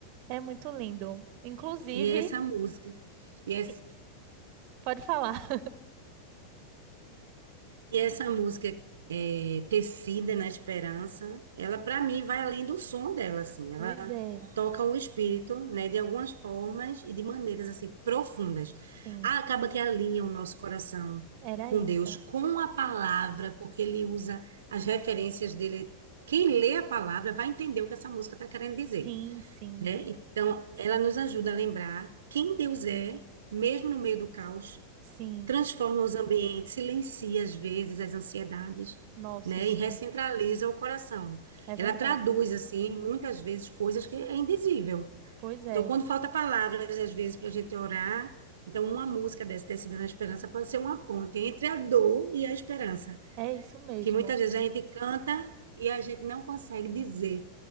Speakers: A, on the right; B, on the right.
A: É muito lindo. Inclusive,
B: E é essa música. E essa,
A: Sim. pode falar.
B: E essa música é, Tecida na Esperança, ela para mim vai além do som dela, assim,
A: Pois
B: ela
A: é,
B: toca o espírito, né, de algumas formas e de maneiras assim profundas.
A: sim,
B: Ah, acaba que alinha o nosso coração
A: era
B: com
A: isso.
B: Deus, com a palavra, porque ele usa as referências dele. Quem lê a palavra vai entender o que essa música está querendo dizer,
A: Sim, sim,
B: né? Então, ela nos ajuda a lembrar quem Deus é, mesmo no meio do caos,
A: sim.
B: transforma os ambientes, silencia às vezes as ansiedades,
A: Nossa,
B: né?
A: sim,
B: E recentraliza o coração.
A: é verdade.
B: Ela traduz, assim, muitas vezes coisas que é indizível.
A: Pois é,
B: Então, quando falta palavras, às vezes, para a gente orar, então uma música dessa tecida na esperança pode ser uma ponte entre a dor e a esperança,
A: é isso mesmo.
B: que muitas vezes a gente canta e a gente não consegue dizer